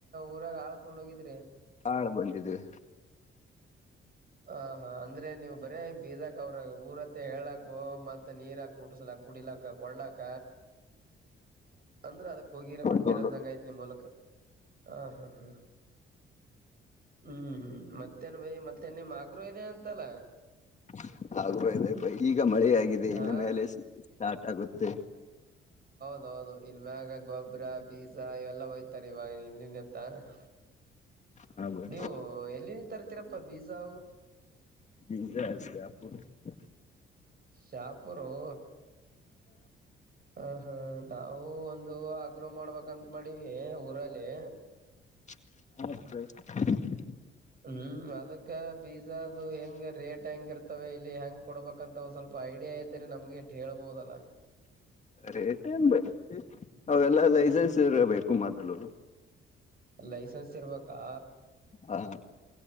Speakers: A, on the right; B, on the left.
A: ಊರಾಗ ಆಳ್ ತೊಗೊಂಡ್ ಹೋಗಿದ್ರಿ
B: ಹಾಳ್ ಬಂದಿದ್ದ್ವಿ
A: ಹ ಹಾ ಅಂದ್ರೆ ನೀವು ಬರೀ ಬೀಜಾಕ್ ಅವ್ರಾಗ ಊರತ್ತ ಹೇಳಾಕ್ ಮತ್ - ಮತ್ತ ನೀರ ಕುಡ್ರಸಲಾಕ ಕುಡಿಲಕ್ಕ ಕೊಡ್ಲಾಕ. ಅಂದ್ರ ಅದಕ್ ಹೋಗಿರ ಹೊಂಟೆರ
B: ತಗೊಂಡು
A: ಅಂದಂಗ ಆಯ್ತ್ ನಿ ಮೂಲಕ ಹ ಹಾ ಹ್ಮ್ ಹ್ಮೂ ಮತ್ತೆನ್ ಬೈ ಮತ್ ತೆ ಮಾಗ್ರು ಇದೆ ಅಂತಲ್ಲ.
B: <unintelligible> ಈಗ ಮಳೆ ಆಗಿದೆ
A: ಹಾ
B: ಇನ್ನು ಮೇಲೆ ಸ್ಟಾರ್ಟ್ ಆಗುತ್ತೆ.
A: ಹೌ ಹೌದು ಇನ್ ಮ್ಯಾಗ ಗೊಬ್ಬ್ರ ಬೀಜ ಇವೆಲ್ಲ ಹೋಯ್ತಾರೆ ಇವಾಗ ಇನ್ <unintelligible>
B: ಹ ಬೈ
A: ನೀವು ಎಲ್ಲಿಂದ್ ತರ್ತೀರಪ್ಪ ಬೀಜಾವು.
B: ಬೀಜ <inaudible>
A: ಶಾಪುರೋ ಆ ಹಾ ನಾವು ಒಂದು ಆಗ್ರೋ ಮಾಡ್ಬೇಕಂ ತ್ ಮಾಡವಿ ಊರಲ್ಲಿ.
B: <unintelligible>
A: ಹ್ಮ್ ಅದಕ್ಕ ಬೀಜ ಅದು ಹೆಂಗ ರೇಟ್ ಹೆಂಗ ಇರ್ತವೆ ಇಲ್ಲಿ ಹೆಂಗ್ ಕೊಡ್ಬೇಕಂತ ಒಂದ್ ಸ್ವಲ್ಪ ಐ ಐಡಿಯಾ ಇದ್ದೆ ನಮ್ಗೆ ಹೇಳ್ಬೋದಲ್ಲ.
B: ರೇಟನ್ ಬೈ ಅವೆಲ್ಲ ಲೈಸೆನ್ಸ್ ಇರ ಬೇಕು ಮಾದ್ಲು.
A: ಲೈಸೆನ್ಸ್ ಇರ್ಬೇಕಾ
B: ಹಾ